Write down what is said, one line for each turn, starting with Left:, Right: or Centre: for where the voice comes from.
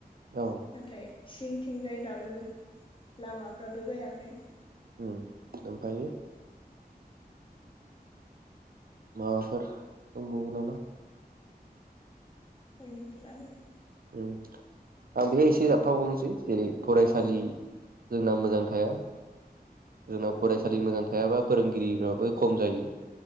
Right: औ
Left: नाथाय सिं थिंजाय दाबो लामाफ्राबो जायाखै ।
Right: उम ओमफ्रायो माबाफोर दंबावो नामा
Left: धोइ मिथिला आङो ।
Right: उम आं बेयाय एसे जाबफा बावनोसै जेरै फरायसालि
Left: औ
Right: जोंना मोजां थाया जोंना फरायसालि मोजां थायाबा फोरोंगिरिफ्राबो खम जायो ।